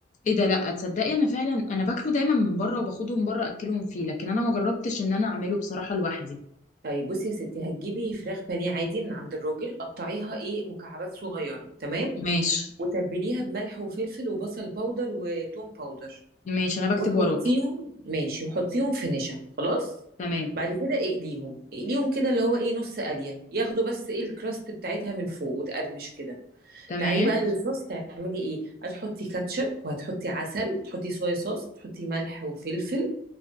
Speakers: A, on the left; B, on the right.
A: ايه ده لأ تصدقي أنا فعلا أنا باكله دايما من بره وباخده من بره أكلهم فيه لكن أنا ما جربتش إن أنا أعمله بصراحة لوحدي
B: طيب بصي يا ستي هتجيبي فراخ بانيه عادي من عند الراجل قطعيها ايه مكعبات صغيره تمام
A: ماشي
B: وتبليها بملح وفلفل وبصل باودر وتوم باودر
A: ماشي أنا بكتب
B: وحطيهم
A: وراكي
B: ماشي وحطيهم في نشا خلاص
A: تمام
B: بعد كده اقليهم اقليهم كده اللي هو ايه نص قليه ياخدوا بس ايه الكراست بتاعتها من فوق وتقرمش كده
A: تمام
B: تعالي بقى للصوص تعملي ايه هتحطي كاتشب وهتحطي عسل تحطي صويا صوص تحطي ملح وفلفل